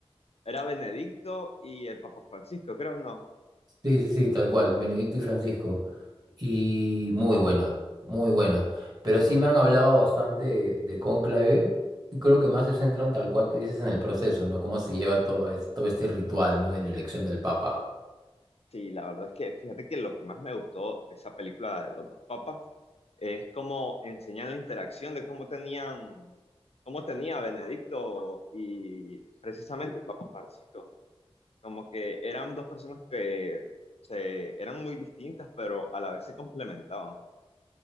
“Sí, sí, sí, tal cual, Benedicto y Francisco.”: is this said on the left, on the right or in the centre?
Right